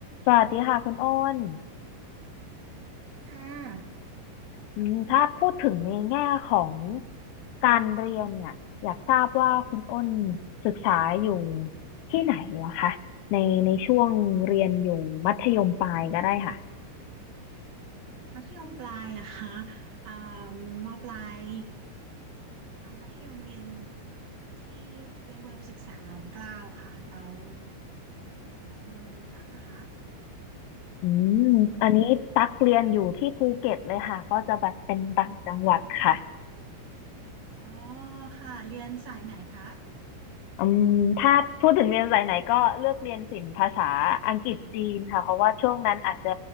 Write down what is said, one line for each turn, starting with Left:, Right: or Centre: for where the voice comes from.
Left: สวัสดีค่ะคุณโอ้น
Right: ค่ะ
Left: อืมถ้าพูดถึงในแง่ของการเรียนเนี่ยอยากทราบว่าคุณโอ้นศึกษาอยู่ที่ไหนเหรอคะในในช่วงเรียนอยู่มัธยมปลายก็ได้ค่ะ
Right: มัธยมปลายเหรอคะอ่ามปลายตอนมัธยมเรียนที่เตรียมอุดมศึกษาน้อมเกล้าค่ะแล้วของคุณตั๊กนะคะ
Left: อืมอันนี้ตักเรียนอยู่ที่ภูเก็ตเลยค่ะก็จะแบบเป็นต่างจังหวัดค่ะ
Right: ตอนมัธยมแล้วค่ะอ๋อค่ะเรียนสายไหนคะ
Left: อืมถ้าพูดถึงเรียนสายไหนก็เลือกเรียนศิลป์ภาษาอังกฤษจีนค่ะเพราะว่าช่วงนั้นอาจจะ